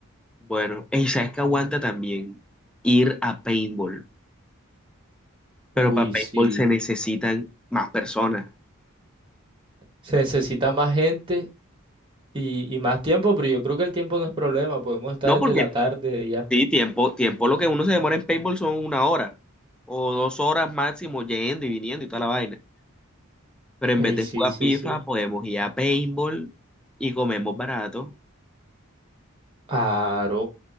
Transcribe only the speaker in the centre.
Bueno, ey, ¿sabes que aguanta también? Ir a paintball. Pero
para paintball
se necesitan más personas.
No porque
Sí, tiempo, tiempo lo que uno se demora en paintball son una hora o dos horas máximo yendo y viniendo y toda la vaina. Pero en
vez de
jugar
FIFA,
podemos ir a paintball y comemos barato.